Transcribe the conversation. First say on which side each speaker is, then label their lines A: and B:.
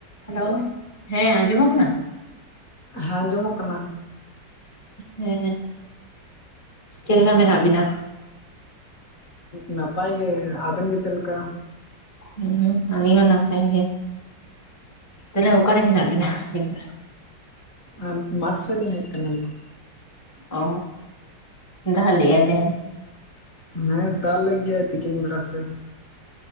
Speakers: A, on the left; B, on the left.
A: Hello ᱦᱮᱸ ᱟᱸᱡᱚᱢᱚᱜ ᱠᱟᱱᱟ?
B: ᱦᱮᱸ ᱟᱸᱡᱚᱢᱚᱜ ᱠᱟᱱᱟ᱾
A: ᱦᱮᱸ ᱦᱮᱸ, ᱪᱮᱫ ᱞᱮᱠᱟ ᱢᱮᱱᱟᱜ ᱵᱤᱱᱟ?
B: ᱱᱟᱯᱟᱭ ᱜᱮ, ᱟᱵᱮᱱ ᱜᱮ ᱪᱮᱫ ᱞᱮᱠᱟ?
A: ᱦᱩᱸ ᱟᱞᱤᱧ ᱦᱚᱸ ᱱᱟᱯᱟᱭ ᱜᱮ᱾ ᱛᱟᱦᱚᱞᱮ ᱚᱠᱟᱨᱮ ᱢᱮᱱᱟᱜ ᱵᱤᱱᱟ ᱟᱵᱤᱱ ᱫᱚ?
B: ᱮᱢ ᱢᱟᱴᱷ ᱥᱮᱫ ᱞᱤᱧ ᱦᱮᱡ ᱠᱟᱱᱟᱞᱤᱧ᱾
A: ᱚ ᱫᱟᱜ ᱞᱮᱜ-ᱟᱭ ᱛᱮᱦᱮᱱ?
B: ᱦᱮᱸ ᱫᱟᱜ ᱞᱮᱜ ᱜᱮᱭᱟᱭ ᱛᱤᱠᱤᱱ ᱵᱮᱲᱟ ᱥᱮᱱ᱾